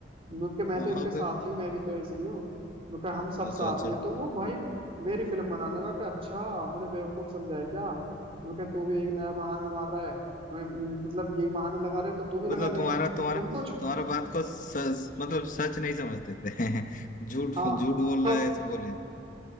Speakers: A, on the right; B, on the left.
A: क्योंकि मैं
B: हाँ
A: तो इनके
B: हाँ,
A: साथ
B: फिर
A: ही हूँ मैं भी तो ऐसे ही हूँ क्योंकि हम सब
B: अच्छा
A: साथ
B: अच्छा
A: ही हैं तो वो भाई मेरी फिल्म बनाने लगा कि अच्छा मुझे बेवकूफ समझाए क्या उन्होंने कहा, तू भी एक नया बहाना मार रहा है मैं- मतलब यही बहाना लगा रहे तो तू भी लगा
B: मतलब
A: देगा
B: तुम्हारा तुम्हारा
A: उनको छो
B: तुम्हारा बात को सच, मतलब सच नहीं समझते थे <laughs> झूठ
A: हाँ
B: झूठ बोल
A: तो
B: रहा है ऐसे बोले